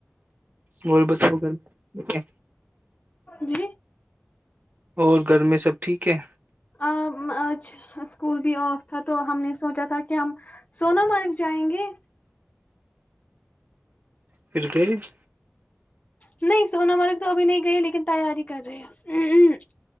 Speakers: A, on the right (about 40°); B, on the left (about 35°).
A: وہ بت کر ٹ ہے
B: جی
A: اور گھر میں سب ٹھیک ہے
B: آ آج اسکول بھی آف تھا تو ہم نے سوچا تھا کہ ہم سون مرگ جائیں گے
A: پھر پ <unintelligible>
B: نہیں سونا مرگ تو ابھی نہیں گئی لیکن تیاری کر رہے ہیں ہ ہ